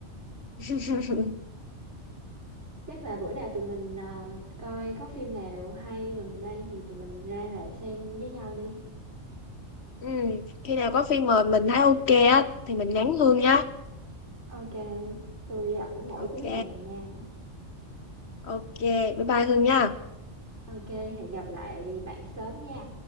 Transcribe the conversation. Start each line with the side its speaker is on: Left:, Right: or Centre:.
Left: <laughs>
Right: chắc là bữa nào tụi mình ờ, coi có phim nào hay gần đây thì tụi mình ra rạp xem với nhau đi
Left: Ừ, khi nào có phim mời mình thấy ok á thì mình nhắn Hương nhá.
Right: ok tôi rảnh mỗi
Left: Ok,
Right: cuối tuần nha
Left: ok, bye bye Hương nha.
Right: ok hẹn gặp lại bạn sớm nha